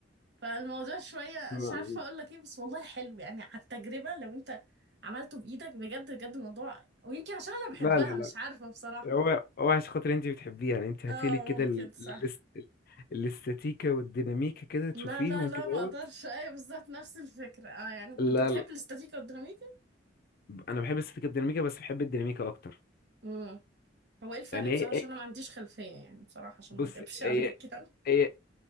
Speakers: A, on the right; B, on the left.
A: فالموضوع شويه
B: ما-
A: مش عارفه اقول لك ايه بس والله حلو يعني على التجربه لو انت عملته بايدك بجد بجد الموضوع ويمكن عشان انا بحبها
B: لا لا لا
A: مش عارفه بصراحه
B: هو هو عشان خاطر انت بتحبيها يعني انت هاتيلي
A: اه
B: كده
A: ممكن
B: ال-
A: صح
B: الاست- الاستاتيكا والديناميكا كده تشوفيهم
A: لا لا لا
B: كده
A: ما
B: اهوت.
A: اقدرش ايوه بالظبط نفس الفكره اه يعني
B: لا
A: انت بتحب
B: لا
A: الاستاتيكا والديناميكا
B: انا بحب الاستاتيكا والديناميكا بس بحب الديناميكا اكتر
A: امم هو ايه الفرق
B: يعني
A: بصراحه عشان
B: إيه
A: انا ما عنديش خلفيه يعني بصراحه عشان
B: بص
A: ما اكدبش
B: هي
A: <laughs> عليك يعني
B: هي